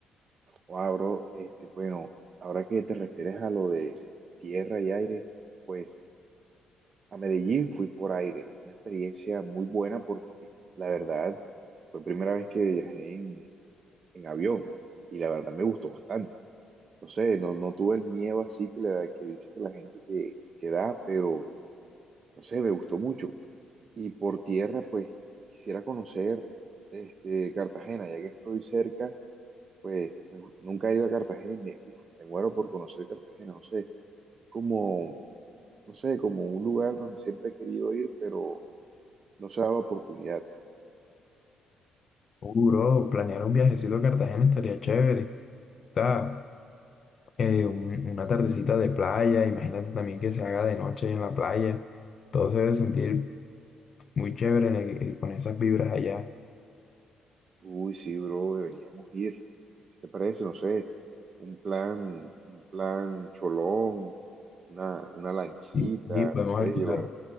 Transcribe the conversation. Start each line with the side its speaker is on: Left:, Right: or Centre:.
Right: Wow, bro, este, bueno, ahora que te refieres a lo de tierra y aire, pues a Medellín fui por aire, una experiencia muy buena porque la verdad fue primera vez que viajé en, en avión y la verdad me gustó bastante. No sé, no, no tuve el miedo así que, le da, que dice que la gente que, que da, pero no sé, me gustó mucho. Y por tierra, pues quisiera conocer este, Cartagena, ya que estoy cerca Pues me gu- nunca he ido a Cartagena y me, uf, me muero por conocer Cartagena, no sé, como, no sé, como un lugar donde siempre he querido ir, pero no se da la oportunidad.
Left: Uh, bro, planear un viajecito a Cartagena estaría chévere. O sea, eh, un- una tardecita de playa, imagínate también que se haga de noche en la playa. Todo se debe sentir muy chévere en el- eh, con esas vibras allá.
Right: Uy, sí, bro, deberíamos ir. ¿Qué te parece? No sé, un plan, un plan cholón, una, una lanchita,
Left: Y, y podemos
Right: no sé,
Left: alquilar,
Right: llevar,